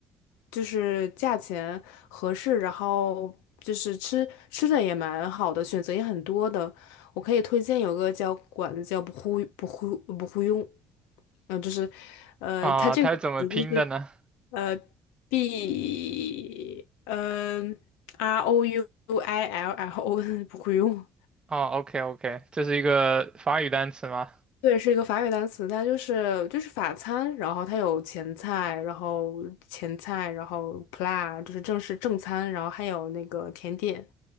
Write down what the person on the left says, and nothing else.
就是价钱合适，然后就是吃吃的也蛮好的，选择也很多的，我可以推荐有个叫馆子叫不忽不忽不忽用，嗯，呃就是，呃，
它这个馆子就是
呃，B，嗯、r O U I L L O，<laughs> 不会用。
对，是一个法语单词，它就是就是法餐，然后它有前菜，然后前菜，然后 plat 就是正式正餐，然后还有那个甜点，